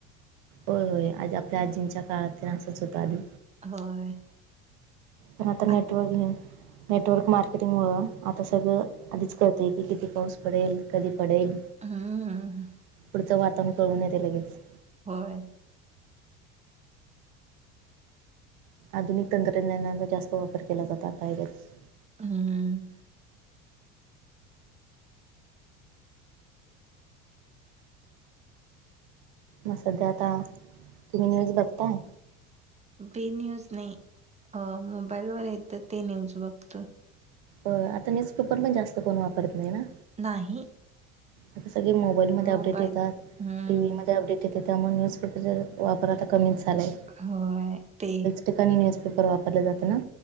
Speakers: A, on the right; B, on the right.
A: होय होय, आज आपल्या आज्जींच्या काळात असंच होतं आधी.
B: होय.
A: पण आता
B: आ
A: नेटवर्किंग नेटवर्क मार्केटिंगमुळं, आता सगळं आधीच कळतंय, की किती पाऊस पडेल कधी पडेल,
B: हम्म
A: पुढचं वातावरण कळून येतय लगेच.
B: होय.
A: आधुनिक तंत्रज्ञानाचा जास्त वापर केला जातो, आता. <unintelligible>
B: हम्म!
A: म सध्या आता, तुम्ही न्यूज बघताय?
B: बी न्यूज नाही, अ मोबाईलवर येत ते न्यूज बघतोय.
A: हो, आता न्यूजपेपर पण जास्त कोण वापरत नाही ना.
B: नाही.
A: आता सगळे मोबाईलमध्ये
B: मोबाईल
A: अपडेट येतात,
B: हम्म.
A: टी. व्ही मध्ये अपडेट त्यामुळे न्यूजपेपरचा वापर आता कमीच झालाय.
B: होय, ते
A: ठिकाणी न्यूजपेपर वापरले जातं ना?